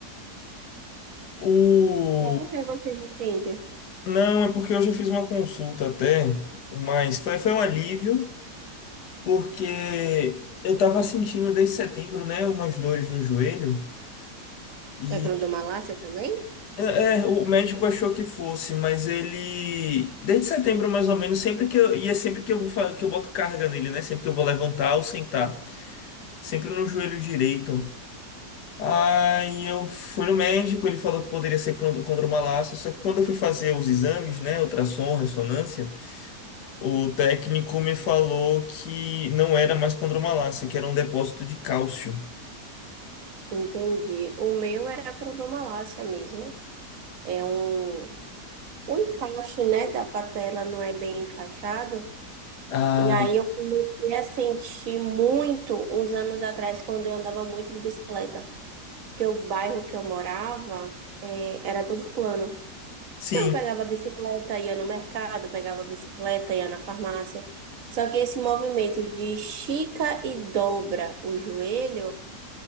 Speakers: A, on the left (about 75°); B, on the right (about 60°).
A: O...
B: Mas por que você não entende?
A: Não, é porque eu já fiz uma consulta até, mas foi, foi um alívio, porque eu tava sentindo desde setembro, né, umas dores no joelho. E
B: É crondomalácia também?
A: É, é, o médico achou que fosse, mas ele, desde setembro mais ou menos, sempre que eu, e é sempre que eu vou, fa- que eu boto carga nele, né? Sempre que eu vou levantar ou sentar, sempre no joelho direito. Aí eu fui no médico, ele falou que poderia ser condo- condromalácia, só que quando eu fui fazer os exames, né, ultrassom, ressonância, o técnico me falou que não era mais condromalácia, que era um depósito de cálcio.
B: Entendi. O meu era crondomalácia mesmo. É um, o encaixe, né, da patela não é bem encaixado.
A: Ah,
B: E aí eu comecei a sentir muito uns anos atrás, quando eu andava muito de bicicleta. Porque o bairro que eu morava, eh, era todo plano.
A: sim.
B: Então, eu pegava a bicicleta, ia no mercado, pegava a bicicleta, ia na farmácia. Só que esse movimento de estica e dobra o joelho